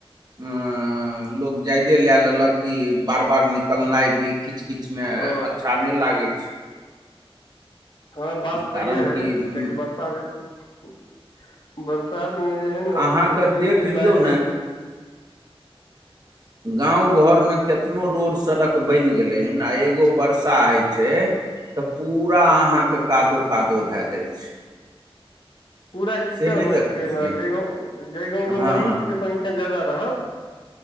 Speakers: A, on the right (about 40°); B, on the left (about 55°).
A: उ लोग जायदे लेए लेलक कि बार बार निकलनाइ भी खिच खिच मे
B: ओ
A: अच्छा नहि लागै छै
B: हँ बात सहीए
A: कारण
B: हय
A: कि
B: कियाकि बर्षा जे बरसात मे जे हय ने
A: अहाँके
B: सब्जी
A: देख
B: उब्जी
A: लियौ
B: बाढ़ि
A: <unintelligible> गाँंव घर मे केतनो रोड सड़क बनि गेलै हन आ एगो वर्षा हय छै तऽ पूरा
B: हूँ
A: अहाँक कादो कादो भए जाइ छै
B: पूरा कीचड़
A: से नहि
B: भऽ
A: देखै
B: जाइ छै
A: छियै
B: न जाहि गाँव जाहि गाँवमे
A: हँ
B: महीषके संख्या जायदा रहत